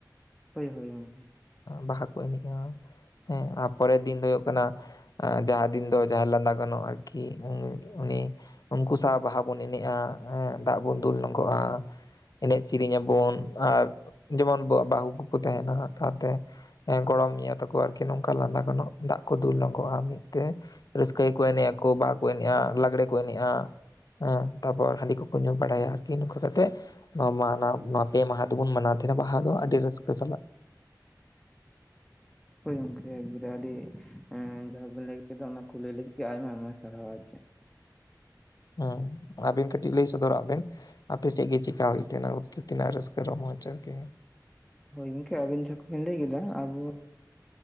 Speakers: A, in the centre; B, on the left.
A: ᱦᱳᱭ ᱦᱳᱭ ᱜᱚᱝᱠᱮ᱾
B: ᱵᱟᱦᱟ ᱠᱚ ᱮᱱᱮᱡᱼᱟ, ᱦᱮᱸ ᱟ ᱯᱚᱨᱮᱨ ᱫᱤᱱ ᱫᱚ ᱦᱩᱭᱩᱜ ᱠᱟᱱᱟ ᱟᱸ ᱡᱟᱦᱟᱸ ᱫᱤᱱ ᱫᱚ ᱡᱟᱦᱟᱸ ᱞᱟᱸᱫᱟ ᱜᱟᱱᱚᱜ-ᱟ ᱟᱨᱠᱤ ᱩᱱᱤ ᱩᱱᱤ ᱩᱱᱠᱩ ᱥᱟᱶ ᱵᱟᱦᱟ ᱵᱚᱱ ᱮᱱᱮᱡᱼᱟ ᱦᱮᱸ ᱫᱟᱜ ᱵᱚᱱ ᱫᱩᱞ ᱱᱚᱜᱚᱜᱼᱟ᱾ ᱮᱱᱮᱡ ᱥᱤᱨᱤᱧ ᱟᱵᱚᱱ ᱟᱨ ᱡᱮᱢᱚᱱ ᱵᱚ ᱵᱟᱹᱦᱩ ᱠᱚᱠᱚ ᱛᱟᱦᱮᱱᱟ ᱦᱟᱸᱜ ᱟ ᱛᱮ ᱜᱚᱲᱚᱢᱤᱭᱟᱹ ᱛᱟᱠᱚ ᱟᱨᱠᱤ ᱱᱚᱝᱠᱟ ᱞᱟᱸᱫᱟ ᱜᱟᱱᱚᱜ ᱫᱟᱜ ᱠᱚ ᱫᱩᱞ ᱱᱚᱜᱚᱜᱼᱟ ᱢᱤᱫ ᱛᱮ᱾ ᱨᱟᱹᱥᱠᱟᱭᱟ ᱠᱩ ᱮᱱᱮᱡ ᱟᱠᱚ ᱵᱟᱦᱟ ᱠᱚ ᱮᱱᱮᱜᱼᱟ ᱞᱟᱜᱽᱲᱮ ᱠᱚ ᱮᱱᱮᱜᱼᱟ᱾ ᱦᱮᱸ ᱛᱟᱨᱯᱚᱨ ᱦᱟᱺᱰᱤ ᱠᱚᱠᱚ ᱧᱩ ᱵᱟᱲᱟᱭᱟ ᱟᱨᱠᱤ ᱱᱚᱝᱠᱟ ᱠᱟᱛᱮᱜ ᱱᱚᱣᱟ ᱢᱟᱦᱟᱱᱟᱣ ᱱᱚᱣᱟ ᱯᱮ ᱢᱟᱦᱟ ᱛᱚᱵᱩᱱ ᱢᱟᱱᱟᱣ ᱛᱮᱦᱮᱱᱟ ᱵᱟᱦᱟ ᱫᱚ ᱟᱹᱰᱤ ᱨᱟᱹᱥᱠᱟᱹ ᱥᱟᱞᱟᱜ᱾
A: ᱦᱳᱭ ᱜᱚᱝᱠᱮ ᱮᱠᱵᱟᱨᱮ ᱟᱹᱰᱤ ᱦᱮᱸ ᱡᱟᱦᱟᱸ ᱵᱤᱱ ᱞᱟᱹᱭ ᱠᱮᱫᱟ ᱚᱱᱟ ᱠᱩ ᱞᱟᱹᱭ ᱞᱟᱹᱜᱤᱫ ᱟᱭᱢᱟ ᱟᱭᱢᱟ ᱥᱟᱨᱦᱟᱣ ᱟᱨ ᱪᱮᱫ᱾
B: ᱦᱩᱸ ᱟᱵᱮᱱ ᱠᱟᱹᱴᱤᱡ ᱞᱟᱹᱭ ᱥᱚᱫᱚᱨᱟᱜ ᱵᱮᱱ ᱟᱯᱮ ᱥᱮᱫ ᱜᱮ ᱪᱮᱠᱟ ᱦᱩᱭᱩᱜ? ᱠᱱᱟ ᱠᱱᱟ ᱟᱨ ᱨᱟᱹᱥᱠᱟᱹ ᱨᱚᱢᱚᱡᱽ ᱟᱨᱠᱤ
A: ᱦᱳᱭ ᱜᱚᱝᱠᱮ ᱟᱵᱤᱱ ᱡᱟᱦᱟ ᱠᱚ ᱵᱤᱱ ᱞᱟᱹᱭ ᱠᱮᱫᱟ ᱟᱵᱚ ᱾